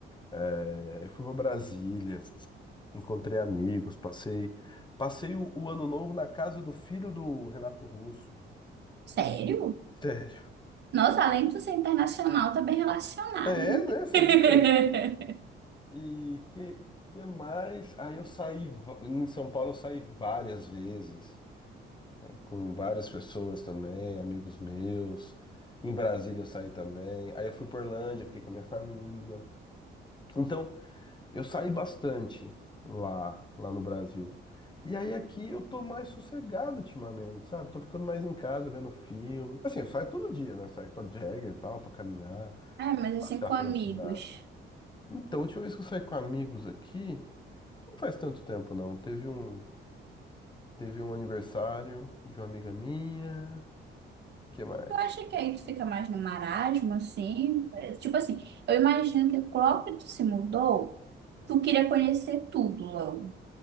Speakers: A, on the left; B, on the right.
A: É, eu fui para Brasília, encontrei amigos, passei passei o, o ano novo na casa do filho do Renato Russo.
B: Sério?
A: Sério.
B: Nossa, além de tu ser internacional, tá bem relacionado,
A: É,
B: né? <laughs>
A: né? Você viu? E que, que mais? Aí eu saí va- em São Paulo eu saí várias vezes. com várias pessoas também, amigos meus. Em Brasília eu saí também. Aí eu fui para Orlândia, fiquei com a minha família. Então, eu saí bastante lá, lá no Brasil. E aí aqui eu tô mais sossegado ultimamente, sabe? Tô ficando mais em casa, vendo filme. Assim, eu saio todo dia, né? Saio com a Jagger e tal, pra caminhar,
B: Ah, mas assim,
A: passear
B: com amigos.
A: pela cidade. Então, a última vez que eu saí com amigos aqui, não faz tanto tempo não. Teve um, teve um aniversário de uma amiga minha. que mais?
B: Tu acha que aí tu fica mais no marasmo, assim? É, Tipo assim, eu imagino que logo que tu se mudou. Tu queria conhecer tudo logo.